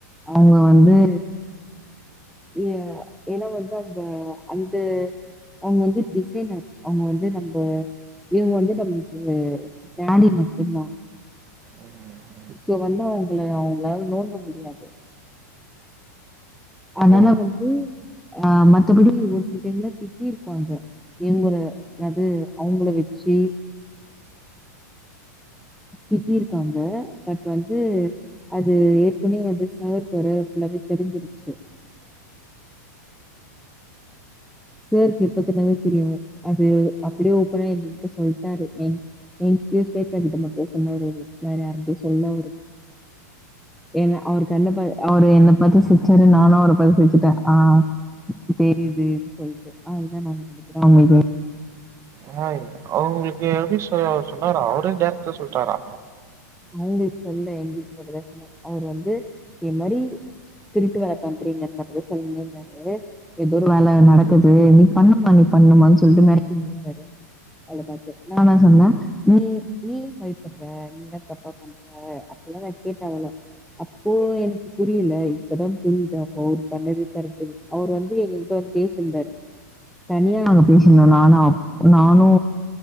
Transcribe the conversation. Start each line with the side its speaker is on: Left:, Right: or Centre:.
Centre: அவுங்க வந்து ஏ ஏனா வந்து அங்க அந்த அவுங்க வந்து டிசைனர் அவுங்க வந்து நம்ப இவுங்க வந்து நம்ளுக்கு டானி மட்டுந்தா
Right: உம் ம்,
Centre: சோ வந்து அவுங்கள அவுங்ளால நோண்ட முடியாது அதனால
Right: ஓ
Centre: வந்து ஆ மத்தபடி ஒரு சில டைம்ல திட்டிருக்காங்க இவுங்ள அது அவுங்ள வச்சு திட்டிருக்காங்க பட் வந்து அது ஏற்கனவே வந்து சார்க்கு வேற ஃபுல்லாவே தெரிஞ்சிருச்சு சார்க்கு எப்பத்துலேந்து தெரியு அது அப்டியே ஓப்பனா எங்ககிட்ட சொல்ட்டாரு என் என்கிட்டயு ஸ்வேதா கிட்ட மட்டு சொன்னாரு அவரு வேற யார்கிட்டயு சொல்ல அவரு என்ன அவர் கண்ண பா அவரு என்ன பாத்து சிரிச்சாரு நானு அவர பாத்து சிரிச்சிட்டே ஆ தெரிதுன் சொல்ட்டு அதுதா நாங்க நெனைக்கிறோ அவுங்க
Right: ஹாய் ஹவ் உங்குளுக்கு எப்டி சொ சொன்னாரா அவரே டேரக்டா சொல்ட்டாரா
Centre: அவுங்களுக்கு சொல்லல எங்குளுக்கு மட்டுந்தா சொன்னாரு அவரு வந்து இத மாரி திருட்டு வேல பண்றீங்கன்னு மட்டுந்தா சொல்லினே இருந்தாரு ரு எதோ ஒரு வேல நடக்குது நீ பண்ணுமா நீ பண்ணுமானு சொல்ட்டு மெரட்டினு இந்தாரு அவள பாத்து நானா சொன்னே நீ நீ ஏன் பயப்பட்ற நீ என்னா தப்பா பண்ற நல்லாதா கேட்ட அவள அப்போ எனக்கு புரியில இப்பதா புரியுது அப்போ அவர் பண்ணது கரெட்டுனு அவுரு வந்து எங்ககிட்ட வந்து பேசிருந்தாரு தனியா நாங்க பேசுனோ நானு அப் நானு